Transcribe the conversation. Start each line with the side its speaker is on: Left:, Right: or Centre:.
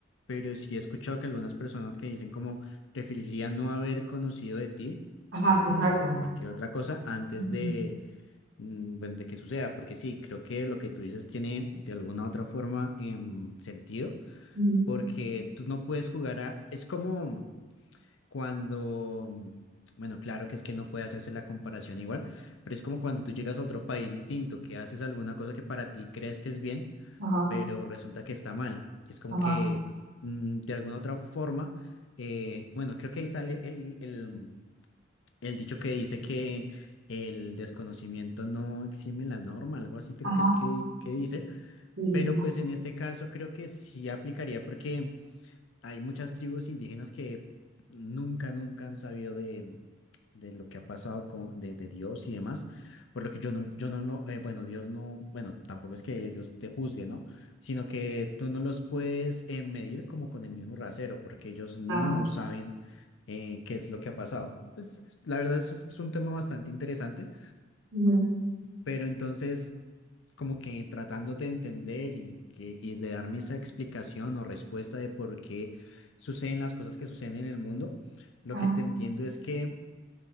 Left: pero sí he escuchado que algunas personas que dicen como preferiría no haber conocido de ti
Right: Ajá,
Left: o
Right: exacto.
Left: cualquier otra cosa antes
Right: Ujú,
Left: de, mm, bueno, de que suceda, porque sí, creo que lo que tú dices tiene de alguna otra forma em, sentido,
Right: ujú,
Left: porque tú no puedes jugar a... Es como cuando... mm, Bueno, claro que es que no puede hacerse la comparación igual, pero es como cuando tú llegas a otro país distinto, que haces alguna cosa que para ti crees que es bien,
Right: Ajá,
Left: pero resulta que está mal. Es como
Right: ajá,
Left: que mm, de alguna otra forma, eh, bueno, creo que ahí sale el, el el dicho que dice que el desconocimiento no exime la norma, algo así creo
Right: ajá.
Left: que es que, que dice,
Right: Sí, sí,
Left: pero
Right: sí.
Left: pues en este caso creo que sí aplicaría porque hay muchas tribus indígenas que nunca, nunca han sabido de, de lo que ha pasado con, de, de Dios y demás, por lo que yo no, yo no, no eh, bueno, Dios no, bueno, tampoco es que Dios te juzgue, ¿no? Sino que tú no los puedes eh, medir como con el mismo rasero, porque ellos no
Right: Claro.
Left: saben eh, qué es lo que ha pasado. Pues la verdad es, es un tema bastante interesante.
Right: Ujú,
Left: Pero entonces, como que tratándote de entender y, que, y de darme esa explicación o respuesta de por qué suceden las cosas que suceden en el mundo, lo
Right: ajá.
Left: que te entiendo es que